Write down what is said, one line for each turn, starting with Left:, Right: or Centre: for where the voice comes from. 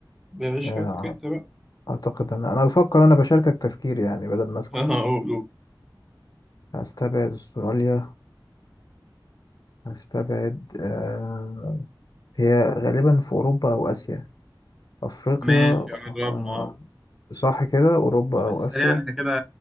Centre: بيعيش
Left: آه
Centre: حياتك أنت بقى
Left: أعتقد أن أنا بفكر أنا بشاركك تفكير يعني بدل ما أسكت
Centre: <laughs> آه قول قول
Left: هستبعد أستراليا هستبعد آه هي غالبا في أوروبا أو آسيا أفريقيا
Centre: ماشي
Left: آه
Centre: قربنا آه
Left: صح كده أوروبا
Centre: آه،
Left: أو
Centre: بس سريعا
Left: آسيا
Centre: إحنا كده